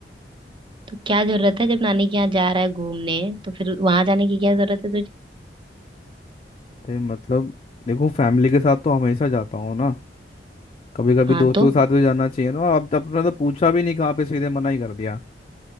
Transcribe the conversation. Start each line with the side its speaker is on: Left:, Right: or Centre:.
Right: तो क्या जरूरत है जब नानी के यहाँ जा रहा है घूमने तो फिर वहां जाने की क्या जरूरत है तुझे
Left: तो मतलब देखो फैमिली के साथ तो हमेशा जाता हूँ ना कभी कभी
Right: हाँ
Left: दोस्तों
Right: तो
Left: के साथ भी जाना चाहिए ना अब तो अपना तो पूछा भी नहीं कहाँ पे सीधे मना ही कर दिया